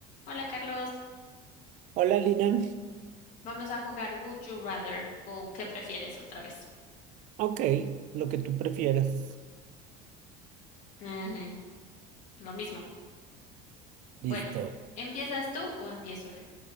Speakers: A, on the left; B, on the right.
A: Hola Carlos,
B: Hola Lina,
A: vamos a jugar Would You Rather o ¿qué prefieres otra vez?
B: ok, lo que tú prefieras.
A: Ajá, lo mismo.
B: Listo.
A: Bueno, ¿empiezas tú o empiezo yo?